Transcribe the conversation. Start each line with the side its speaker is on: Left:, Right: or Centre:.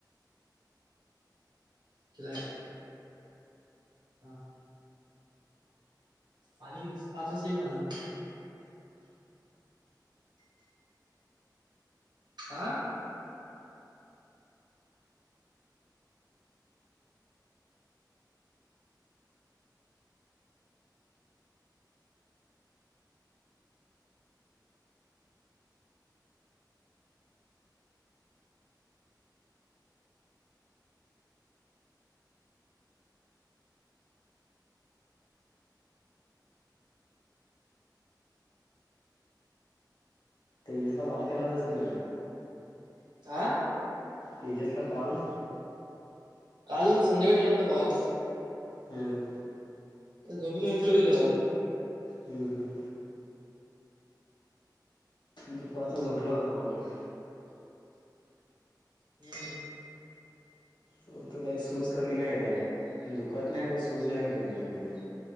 Right: ला हा पाणी पाच असेल पाणी आ
Left: तेजसला कॉल केला होतास की नाही?
Right: आह
Left: तेजसला कॉल
Right: काल संध्याकाळी केला होता. कॉल
Left: हम्म
Right: आता झोपेतन उठलो की तेवा
Left: हम् हमं दुपारच झोपला होता बोलला.
Right: म
Left: बोलत काय सूज कमी नाही येत आहे. दुखत नाही पण सूज नाही कमी येत आहे बोलला.